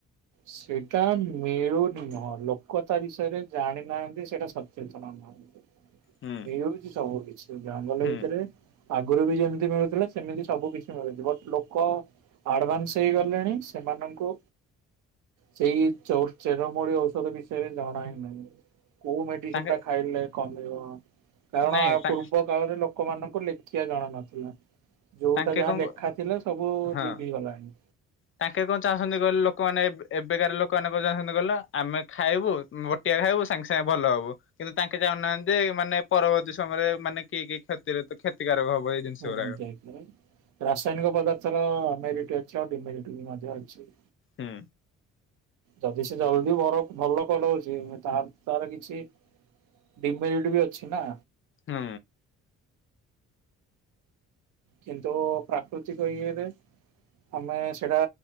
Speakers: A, on the right; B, on the left.
A: ସେଇଟା ମିଳୁନି ନୁହଁ ଲୋକ ତା ବିଷୟରେ ଜାଣିନାହାନ୍ତି ସେଇଟା ସଚେତନ ନାହାନ୍ତି।
B: ହୁଁ
A: ମିଳୁଚି ସବୁ କିଛି ଜଙ୍ଗଲ
B: ହୁଁ
A: ଭିତରେ। ଆଗରୁ ବି ଯେମିତି ମିଳୁଥିଲା ସେମିତି ସବୁ କିଛି ମିଳୁଛି ବଟ୍ ଲୋକ। ଆଡ଼ଭାନ୍ସ ହେଇଗଲେଣି ସେମାନଙ୍କୁ। ସେଇ ଚଉ ଚେରମୂଳି ଔଷଧ ବିଷୟରେ ଜଣାଇନାହି। କୋଉ ମେଡି଼ସିନ
B: ତାଙ୍କେ
A: ଟା ଖାଇଲେ କମିବ କାରଣ
B: ନାଇଁ ତା
A: ପୂର୍ବ କାଳରେ ଲୋ କୋଉମାନଙ୍କୁ ଲେଖିବା ଜଣା ନଥିଲା। ଯୋଉଟା
B: ତାଙ୍କେ
A: ଯାହା
B: କଣ
A: ଲେଖା ଥିଲା ସବୁ
B: ହଁ।
A: ଲିଭିଗଲାଣି।
B: ତାଙ୍କେ କଣ ଚାହୁଁଛନ୍ତି କହିଲ୍ ଲୋକମାନେ ନା, ଏବ୍ ଏବେକାର ଲୋକମାନେ <unintelligible> କହିଲ ଆମେ ଖାଇବୁ ବୋଟିଆ ଖାଇବୁ ସାଙ୍ଗେ ସାଙ୍ଗେ ଭଲ ହବୁ କିନ୍ତୁ ତାଙ୍କେ ଜହୁନାହାନ୍ତି ମାନେ ପରବର୍ତ୍ତୀ ସମୟରେ ମାନେ କିଏ କିଏ କ୍ଷତିରତ କ୍ଷତିକାରକ ହବ। ଏଇ ଜିନିଷ
A: ହୁଁ
B: ଗୁଡାକ।
A: ଯାଇଥିଲା ପା ରାସାୟନିକ ପଦାର୍ଥର ଆମେରି କିଏ ଅଛ ଡ଼ିମେରିଟିଭ୍ ମଧ୍ୟ ଅଛି।
B: ହୁଁ।
A: ଯଦି ସେ ଜଲଦି ବରଫ୍ ଭଲ କରଉଛି ତାରେ ତାର କିଛି ଡି଼ମେରିଟ୍ ବି ଅଛି ନା?
B: ହୁଁ।
A: କିନ୍ତୁ ପ୍ରାକୃତିକ ଇଏରେ ଆମେ ସେଟା